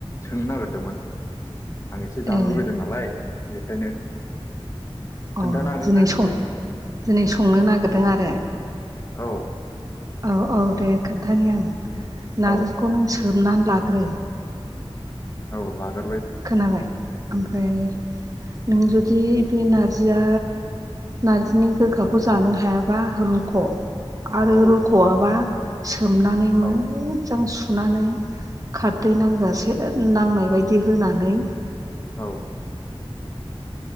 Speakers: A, on the left (about 30°); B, on the right (about 35°).
A: सोंनो नागिरदोंमोन आं एसे जानो
B: ए
A: लुबैदों नालाय बेखायनो
B: अह।
A: खोन्थानो हागोन ना औ ।
B: औ औ दे खोन्थानि आं नारजिखौ
A: औ
B: नों सोमनानै लाग्रो
A: औ लागोन ।
B: खोनाबाय ओमफ्राय नों जुदि बे नारजिया नारजिनि गोखाखौ जानो हायाबा रुख' आरो
A: औ
B: रुख'आबा सोमनानै मोजां
A: औ
B: सुनानै खारदै नांजासे नांनाय बायदि होनानै
A: औ ।